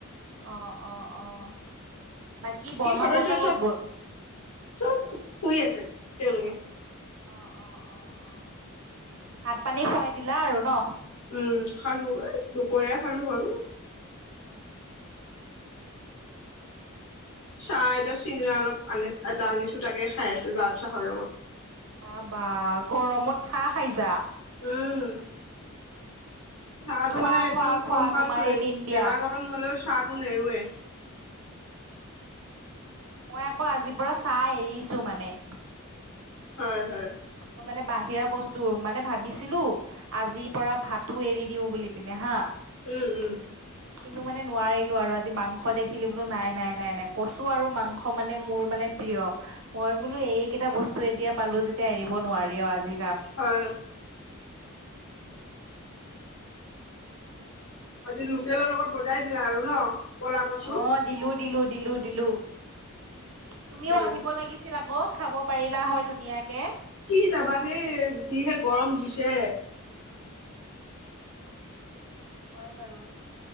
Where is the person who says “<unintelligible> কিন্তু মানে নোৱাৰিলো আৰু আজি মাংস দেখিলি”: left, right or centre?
Right